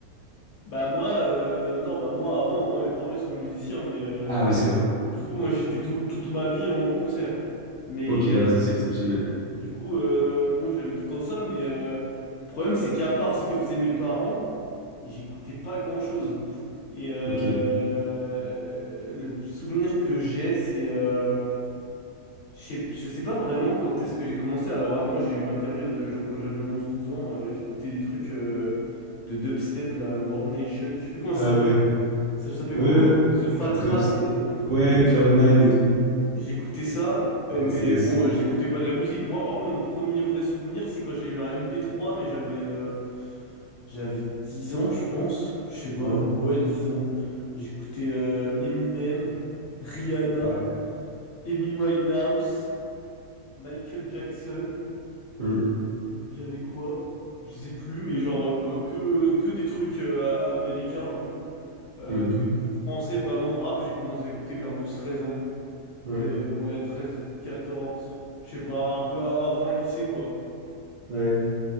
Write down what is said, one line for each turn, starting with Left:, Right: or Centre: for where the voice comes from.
Left: Bah moi, euh, non, bah moi avant, moi mes parents ils sont musiciens, mais euh,
Right: Ah oui, c'est vrai.
Left: du coup moi j'étais tout, toute ma vie en concert. Mais
Right: Ok, ah, ça c'est exceptionnel.
Left: du coup, euh, bon j'avais tout le temps ça, mais euh, le problème c'est qu'à part ce que faisaient mes parents, j'écoutais pas grand-chose. Et euh,
Right: Ok.
Left: le souvenir que j'ai, c'est... euh, Je sais, je sais pas vraiment quand est-ce que j'ai commencé. Alors, ah, moi, j'ai eu ma période, euh, genre quand j'avais onze douze ans, euh, j'écoutais des trucs euh, de dubstep, la World Nation, je sais plus comment ça
Right: Ah
Left: s'appelait.
Right: ouais.
Left: Ça s'appelait
Right: Ouais.
Left: comment?
Right: ouais.
Left: The Fat
Right: Dubstep.
Left: Rat et tout, là.
Right: Ouais, cloud nine et tout.
Left: J'écoutais ça, euh,
Right: NCS.
Left: mais bon, euh, j'écoutais pas de la musique. Moi, par contre, mon premier vrai souvenir, c'est quand j'ai eu un MP3, mais j'avais euh, j'avais dix ans, je pense. Je sais pas.
Right: Ouais.
Left: Ouais, 10 ans. J'écoutais euh, Eminem, Rihanna,
Right: Ouais.
Left: Amy Winehouse, Michael Jackson.
Right: Mm.
Left: J'avais quoi? Je sais plus, mais genre euh, bah, que, que des trucs euh, américains un peu. Euh,
Right: Mhm.
Left: tous les trucs français, vraiment rap, j'ai commencé à écouter vers douze treize ans.
Right: Ouais.
Left: C'est, ouais, treize quatorze je sais pas, un peu a- avant le lycée, quoi.
Right: Ouais.